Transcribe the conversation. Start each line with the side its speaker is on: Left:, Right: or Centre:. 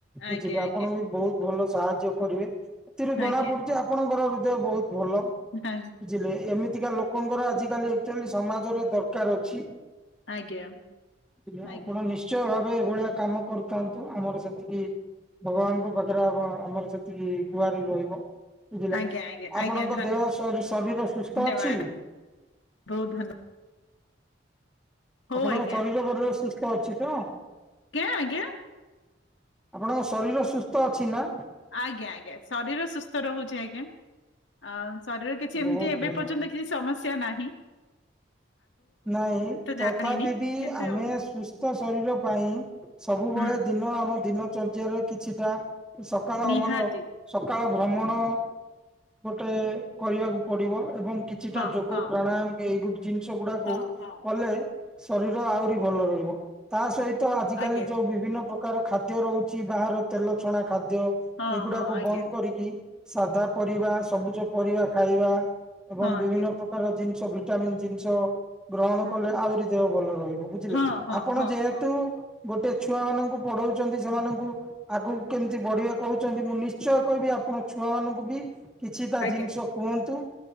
Left: ଆଜ୍ଞା
Centre: ବୁଝିଲେ
Left: ଆଜ୍ଞା
Centre: ଆପଣଙ୍କୁ ବି ବହୁତ ଭଲ ସାହାଯ୍ୟ କରିବେ ଏଥିରୁ ଜଣା
Left: ଆଜ୍ଞା
Centre: ପଡୁଛି। ଆପଣଙ୍କର ହୃଦୟ ବହୁତ ଭଲ
Left: ଆଜ୍ଞା
Centre: ବୁଝିଲେ ଏମିତିକା ଲୋକ ଲୋକଙ୍କର ଆଜିକାଲି ଆକ୍ଚୁଲି ସମାଜରେ ଦରକାର୍ ଅଛି।
Left: ଆଜ୍ଞା।
Centre: ପିଲା
Left: ଆଜ୍ଞା
Centre: ଆପଣ ନିଶ୍ଚୟ ଭାବେ ଏଭଳିଆ କାମ କରୁଥାନ୍ତୁ ଆମର ସେତିକି ଭଗବାନଙ୍କ ପାଖ ରେଆମ ଆମର ସେତିକି ଗୁଆର ରହିବ ବୁଝିଲା
Left: ଆଜ୍ଞା ଆଜ୍ଞା
Centre: ଆପଣଙ୍କ
Left: ଆଜ୍ଞା
Centre: ଦେହ ସୁ ସୁସ୍ଥ ଶରୀର ସୁସ୍ଥ
Left: ଧନ୍ୟବାଦ
Centre: ଅଛି
Left: ବହୁତ୍ ଧନ୍ୟବା ହଉ
Centre: ଆପଣଙ୍କ
Left: ଆଜ୍ଞା
Centre: ଶରୀର ଫରୀର ସୁସ୍ଥ ଅଛିତ?
Left: ଆଜ୍ଞା ଆଜ୍ଞା।
Centre: ଆପଣଙ୍କ ଶରୀର ସୁସ୍ଥ ଅଛିନା?
Left: ଆଜ୍ଞା ଆଜ୍ଞା ଶରୀର ସୁସ୍ଥ ରହୁଚି ଆଜ୍ଞା ଆ ଶରୀର କିଛି
Centre: ବହୁତ
Left: ଏମିତି ଏବେ
Centre: ଭଲ।
Left: ପର୍ଯ୍ୟନ୍ତ କି କି ସମସ୍ୟା ନାହି।
Centre: ନାଇଁ ତଥାପିବି
Left: ଜାଣିନି କିନ୍ତୁ
Centre: ଆମେ ସୁସ୍ଥ ଶରୀର ପାଇଁ। ସବୁବେଳେ
Left: ହୁଁ
Centre: ଦିନ ଆମ ଦିନ ଚର୍ଯାରେ କିଛିଟା ସକାଳ
Left: ନିହାତି
Centre: ଆମର ସକାଳ ଭ୍ରମଣ ଗୋଟେ କରିବାକୁ ପଡ଼ିବ ଏବଂ କିଛିଟା
Left: ହଁ
Centre: ଯୋଗ
Left: ହଁ
Centre: ପ୍ରାଣାୟାମ ଏଇ ଗୁ ଜିନିଷ ଗୁଡାକୁ
Left: ହଁ ହଁ
Centre: କଲେ ଶରୀର ଆହୁରି ଭଲ ରହିବ ତାସହିତ ଆଜିକାଲି
Left: ଆଜ୍ଞା
Centre: ଯୋଉ ବିଭିନ୍ନ ପ୍ରକା ପ୍ରକାର ଖାଦ୍ୟ ରହୁଚି ବାହାର ତେଲ ଛଣା ଖାଦ୍ୟ
Left: ହଁ
Centre: ଏଗୁଡ଼ାକ
Left: ହଁ ଆଜ୍ଞା
Centre: ବନ୍ଦ କରିକି ସାଧା ପରିବା ସବୁଜ ପରିବା ଖାଇବା ଏବଂ
Left: ହଁ ଆଜ୍ଞା
Centre: ବିଭିନ୍ନ ପ୍ର କାର ଜିନିଷ ଭିଟାମିନ୍ ଜିନିଷ ଗ୍ରହଣ
Left: ହୁଁ
Centre: କଲେ ଆହୁରି ଦେହ ଭଲ ରହିବ ବୁଝିଲେ
Left: ହଁ ହଁ
Centre: ଆପଣ
Left: ହଁ
Centre: ଯେହେତୁ
Left: ହଁ
Centre: ଗୋଟେ ଛୁଆ ମାନଙ୍କୁ ପଢଉଚନ୍ତି ସେମାନଙ୍କୁ ଆଗକୁ କେମିତି ବଢିବେ କହୁଚନ୍ତି ମୁଁ ନିଶ୍ଚୟ କହିବି ଆପଣ ଛୁଆ ମାନଙ୍କୁବି କିଛିଟା
Left: ଆଜ୍ଞା
Centre: ଜିନିଷ କୁହନ୍ତୁ